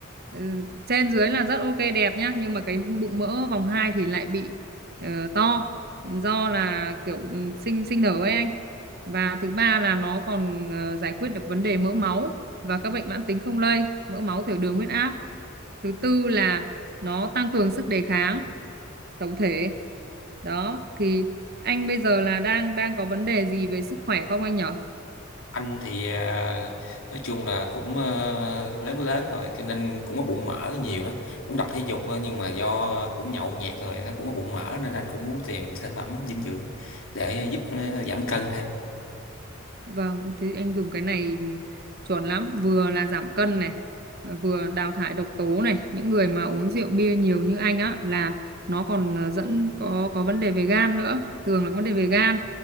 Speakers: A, on the right; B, on the left.
A: Ừ, trên dưới là rất ok đẹp nhá nhưng mà cái bụng mỡ vòng hai thì lại bị ờ, to do là kiểu ừ, sinh sinh nở ấy anh và thứ ba là nó còn ờ, giải quyết được vấn đề mỡ máu và các bệnh mãn tính không lây mỡ máu tiểu đường huyết áp thứ tư là nó tăng cường sức đề kháng tổng thể đó thì anh bây giờ là đang đang có vấn đề gì về sức khỏe không anh nhỉ
B: anh thì à, nói chung là cũng ờ, lớn lớn rồi cho nên cũng có bụng mỡ nhiều đó cũng tập thể dục thôi, nhưng mà do cũng nhậu nhẹt rồi nó cũng có bụng mỡ nên anh cũng muốn tìm sản phẩm dinh dưỡng để giúp ờ, giảm cân thêm
A: Vâng, thế anh dùng cái này chuẩn lắm, vừa là giảm cân này, ờ, vừa đào thải độc tố này. Những người mà uống rượu bia nhiều như anh á là nó còn ờ, dẫn có có vấn đề về gan nữa, thường là vấn đề về gan.